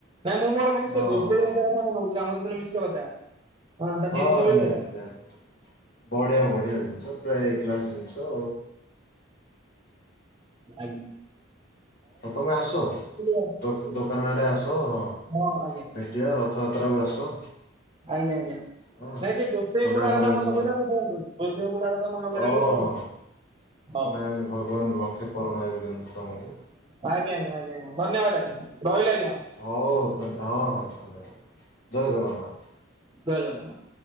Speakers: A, on the right; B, on the left.
A: ନାଇଁ ମୁଁ ମୋର ଖାଲି ସେ
B: ହଁ
A: ଗୋସେ ଇ ଅଜା କଥା ମନେପଡୁଛି। ରାମଚନ୍ଦ୍ର ମିଶ୍ର କଥା। ହଁ ତା ଜିନିଷ
B: ହଁଁ
A: ବି ବଢିଆ।
B: ନିହାତି ନିହାତି ବଢ଼ିଆ ବଢ଼ିଆ ଜିିନିଷ ପ୍ରାୟ ଏ କ୍ଲାସ ଜିନିଷ।
A: ଆଗ୍
B: ହ ତମେ ଆସ
A: ଆଉ
B: ଦୋ ଦୋକାନ ଆଡ଼େ ଆସ ହଁ।
A: ହଁ ଆଜ୍ଞା।
B: ଭେଟିବା ରଥଯାତ୍ରାକୁ ଆସ।
A: ଆଜ୍ଞା ଆଜ୍ଞା ନାଇଁ
B: ହଁ
A: ସେ ଗୋସେଇଁ
B: ଗୋଟେ
A: ବୁଡା
B: ଆମର
A: କଥା
B: ଏ
A: ମନେ
B: ଯୋଉ
A: ପାଡିଲା ମୁଁ ଫୋନ୍ କଲି। ଗୋସେଇଁ ବୁଢ଼ା କଥା ମାନେ ପଡ଼ିଲା
B: ଓହୋ
A: କି ବୋଲି ହଉ
B: ନାଇଁ ଭଗବାନ ଲକ୍ଷେ ପରମାୟ ଦିଅନ୍ତୁ ତମକୁ।
A: ଆଜ୍ଞା ଆଜ୍ଞା ଆଜ୍ଞା ଆଜ୍ଞା ଧନ୍ୟବାଦ ଆଜ୍ଞା ରହିଲି ଆଜ୍ଞା।
B: ହ ହଉ ତାଲେ ହଁ ହଁ ତାହଲେ ଜୟ ଜଗନ୍ନାଥ।
A: ଜୟ ଜଗନ୍ନାଥ।